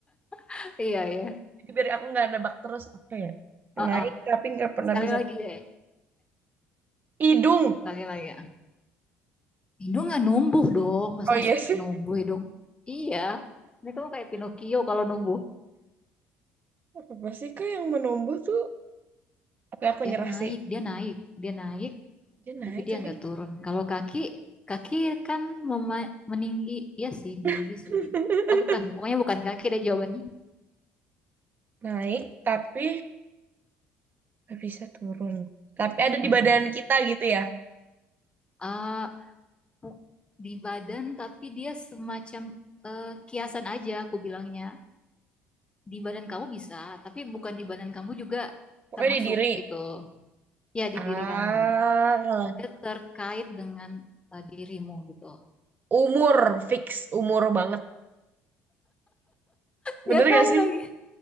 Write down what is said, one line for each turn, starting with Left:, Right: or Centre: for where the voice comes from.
Left: <laughs> iya iya
Right: Jadi biar aku nggak nebak terus apa ya.
Left: ah
Right: Naik
Left: ah.
Right: tapi nggak pernah
Left: sekali
Right: bisa.
Left: lagi deh
Right: Hidung.
Left: sekali lagi ah. Indo nggak numbuh dong masa
Right: Oh iya
Left: sih
Right: sih.
Left: numbuh ya dong iya ini kamu kayak Pinocchio kalau numbuh
Right: Apa sih Kak yang menumbuh tuh? Oke aku nyerah
Left: yang naik
Right: sih.
Left: dia naik dia naik
Right: Dia naik
Left: Tapi dia
Right: tapi.
Left: nggak turun. Kalau kaki, kaki kan mema- meninggi, ya sih, meninggi
Right: <laughs>
Left: sih. Ah bukan, pokoknya bukan kaki deh jawabannya.
Right: Naik tapi nggak bisa turun. Tapi ada
Left: Mm-mm.
Right: di badan kita gitu ya.
Left: Ah, bu- di badan, tapi dia semacam eh, kiasan aja, aku bilangnya. Di badan kamu bisa, tapi bukan di badan kamu juga
Right: Pokoknya
Left: termasuk
Right: di diri.
Left: gitu. Ya di
Right: Ah,
Left: diri kamu. Dia terkait dengan eh, dirimu gitu.
Right: umur fix, umur banget.
Left: Dia
Right: Bener
Left: tahu
Right: gak sih?
Left: lagi.